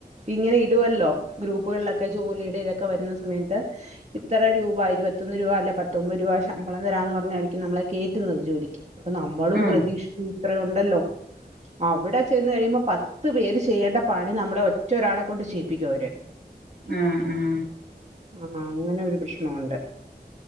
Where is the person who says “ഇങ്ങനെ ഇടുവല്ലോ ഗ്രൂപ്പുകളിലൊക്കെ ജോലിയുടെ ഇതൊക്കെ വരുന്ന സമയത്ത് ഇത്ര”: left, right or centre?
Right